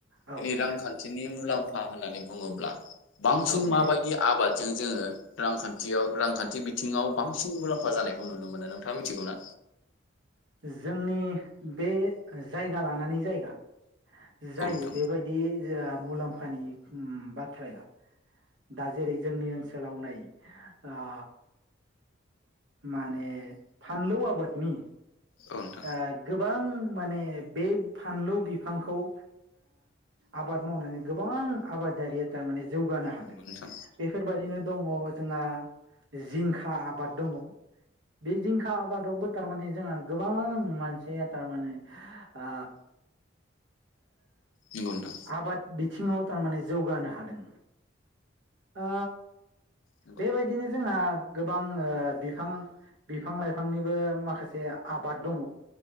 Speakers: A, on the right (about 70°); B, on the left (about 80°).
A: औ
B: दिनै
A: नोंथां
B: रांखान्थिनि मुलाम फा होननानै बुङोब्ला बांसिन
A: औ नोंथां
B: माबायदि आबाद जों जोङो रांखान्थियाव रांखान्थि बिथिङाव बांसिन मुलाम्फा जानायखौ नुनो मोनो नोंथाङा मिथिगौ ना?
A: जोंनि बे जायगा लानानै जायगा जायो
B: औ नोंथां
A: बेबायदि <unintelligible> मुलाम्फानि उम बाथ्राया दा जेरै जोंनि ओनसोलाव नै ओ माने फानलौ आबादनि
B: औ नोंथां
A: ओ गोबां माने बे फानलौ बिफांखौ ओ आबाद मावनानै गोबां आबादारिया थारमाने जौगानो हादों
B: नंगौ नोंथां
A: बेफोरबायदिनो दङ जोंहा जिंखा आबाद। दङ बे जिंखा आबादावबो थारमाने जोंहा गोबां मानसिया थारमाने ओ
B: नंगौ नोंथां
A: आबाद बिथिङाव थारमाने जौगानो हादों ओ
B: नंगौ
A: बेबायदिनो जोंहा गोबां ओ बिफां बिफां लाइफांनिबो माखासे आबाद दङ